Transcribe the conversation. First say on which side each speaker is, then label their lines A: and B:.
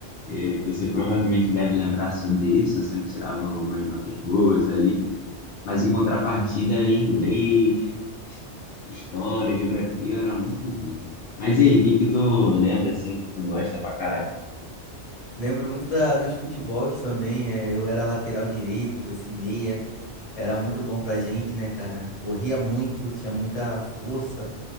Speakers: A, on the left; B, on the left.
A: Eh, Você provavelmente deve lembrar sobre isso. Eu sempre tirava umas notas boas ali. Mas em contrapartida, em inglês, história, geografia era muito ruim, cara. Mas e aí, o que que tu lembra assim que tu gosta pra caraca?
B: Lembro muito da, dos futebols também. é, eu era lateral direito, você meia. Era muito bom pra gente, né, cara? Corria muito, tinha muita força.